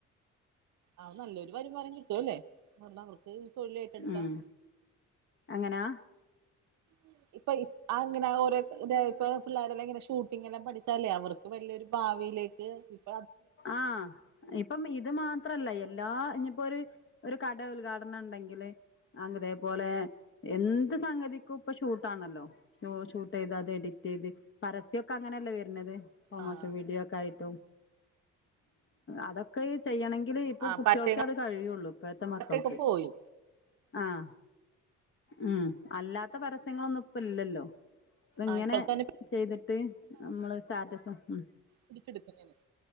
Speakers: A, on the right (about 75°); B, on the left (about 40°).
A: ആഹ്, നല്ലൊരു വരുമാനം കിട്ടുവല്ലേ എന്ന് പറഞ്ഞ അവർക്ക് തൊഴിൽ ഏറ്റെടുക്കാം
B: ഉം എങ്ങനാ
A: ഉ ഇപ്പൊ അത്ങ്ങന ഓര ഇതാ ഇപ്പ പിള്ളേരെല്ലാം ഇങ്ങനെ ഷൂട്ടിംഗ എല്ലാം പഠിച്ചാല്ലേ അവർക്ക് വലിയൊരു ഭാവിയിലേക്ക് ക്ക്
B: ആഹ് ഇപ്പം ഇത് മാത്രല്ല എ എല്ലാ ഇഞ്ഞിപ്പൊരു ഒരു കട ഉദ്ഘാടനം ഉണ്ടെങ്കില് അതേപോലെ എന്ത് സംഗതിക്കും ഇപ്പൊ ഷൂട്ടാണല്ലോ ഷൂട്ട് ചെയ്ത് അത് എഡിറ്റ് ചെയ്ത് പരസ്യൊക്കെ അങ്ങനെയല്ലേ വരുന്നത്, പ്രമോഷൻ
A: ആഹ്
B: വീഡിയോ ഒക്കെ ആയിട്ടും അതൊക്കെ ഈ ചെയ്യണങ്കി ൽ ഇപ്പൊ
A: ആഹ്
B: കുട്ടികൾക്കെ
A: പശയങ്ങളൊക്കെ
B: അത് കഴിയുള്ളു ഇപ്പഴത്തെ മക്കൾക്ക്
A: ഇപ്പൊ പോയി
B: ആഹ ഉം അല്ലാത്ത പരസ്യങ്ങളൊന്നും ഇപ്പ ഇല്ലല്ലോ ഇങ്ങനെ
A: ആഹ് ഇപ്പോൾ തന്നെ
B: ചെയ്തിട്ട് നമ്മള് സ്റ്റാറ്റസ ഉ
A: പിടിച്ചെടുക്കും ഞെ